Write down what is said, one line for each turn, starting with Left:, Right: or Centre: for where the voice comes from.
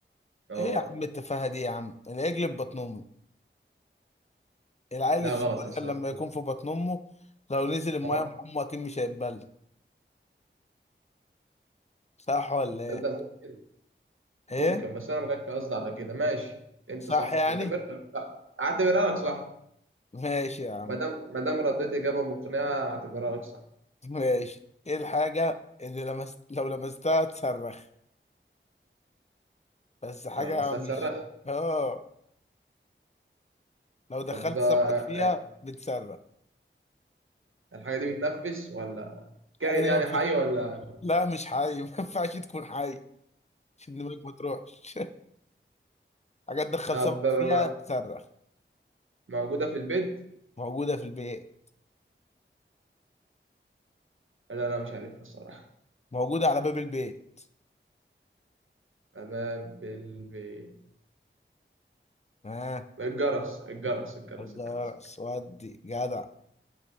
Right: اه
Left: ايه يا عم التفاهة دي يا عم العجل في بطن امه العيل
Right: لا
Left: الصغير
Right: غلط يا استاذ
Left: لما يكون في بطن امه لو نزل المايه
Right: آه،
Left: مع امه اكيد مش هيتبل صح ولا
Right: تصدق
Left: ايه
Right: ممكن
Left: ايه
Right: ممكن بس انا ما كانش قصدي على كده ماشي انت
Left: صح
Right: صح
Left: يعني
Right: اعتبرها لك صح اعتبرها لك صح
Left: ماشي يا عم
Right: ما دام ما دام رديت اجابه مقنعه اعتبرها لك صح
Left: ماشي ايه الحاجة اللي لمست لو لمستها تصرخ بس حاجة
Right: ده انا مستسرخ
Left: مش اه لو دخلت
Right: طب آه،
Left: سمكك
Right: آه،
Left: فيها بتصرخ
Right: الحاجه دي بتنفس ولا
Left: الحاجه
Right: كائن
Left: دي
Right: يعني
Left: ما ينفعش
Right: حي
Left: <laughs>
Right: ولا
Left: لا مش حي ما ينفعش تكون حي عشان دماغك ما تروحش <laughs> حاجه تدخل
Right: طب
Left: سمك
Right: بقى
Left: فيها بتصرخ
Right: موجودة في البيت؟
Left: موجوده في البيت
Right: لا لا مش عارفها الصراحة
Left: موجوده على باب البيت
Right: باب البيت
Left: ها آه.
Right: الجرس الجرس الجرس الجرس
Left: الجرس
Right: الجرس
Left: ودي جدع